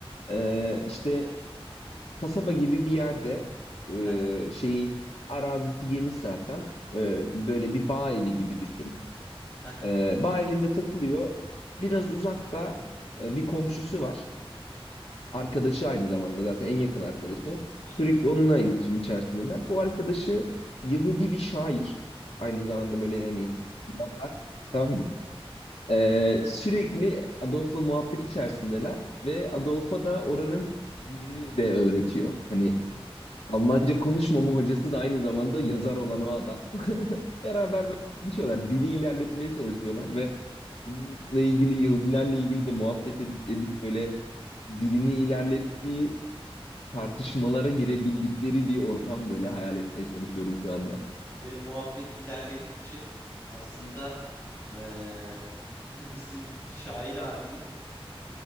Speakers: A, on the left (about 85°); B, on the left (about 20°).
A: Ee, işte kasaba gibi bir yerde
B: <laughs>
A: e, şeyi arazisi geniş zaten. Ee, böyle bir bağ evi gibi düşün.
B: Hı hı.
A: Ee,
B: <laughs>
A: bağ evinde takılıyor. Biraz uzakta e, bir komşusu var. Arkadaşı aynı zamanda zaten en yakın arkadaşı.
B: Hı
A: Sürekli
B: hı.
A: onunla iletişim içerisindeler. Bu arkadaşı Yahudi bir şair. Aynı zamanda böyle hani yazar. Tamam mı? Ee, sürekli Adolf'la muhabbet içerisindeler ve Adolf'a da oranın dilini de öğretiyor. Hani
B: hı. <laughs>
A: Almanca konuşmama hocası da aynı zamanda yazar olan o adam. <laughs> Beraber böyle konuşuyorlar. Dili ilerletmeye çalışıyorlar ve bununla ilgili Yahudilerle ilgili de muhabbet ed- edip böyle dilini ilerlettiği tartışmalara girebildikleri bir ortam böyle hayal etmeye çalışıyorum şu anda.
B: Ve muhabbet ilerledikçe aslında eee, <laughs> bizim şair abinin